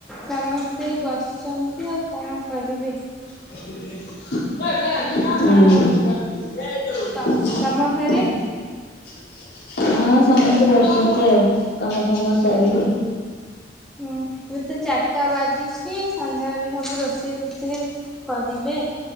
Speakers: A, in the centre; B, on the left.
A: ସମସ୍ତେ ଏଇ ବସିଛନ୍ତି ଆଉ କଣ କରିବେ।
B: <inaudible> ଉଁ ହୁଁ।
A: ତମ ତମ ଘରେ?
B: ହଁ ସମସ୍ତେ ବସିଛନ୍ତି ଆଉ କାମ ଫାମ ସାରିକି।
A: ହୁଁ ଏବେ ତ ଚାର୍ଟା ବାଜିଛି ସନ୍ଧ୍ୟାବେଳେ ସବୁ ରୋଷେଇ ଫୋଷେଇ କରିବେ।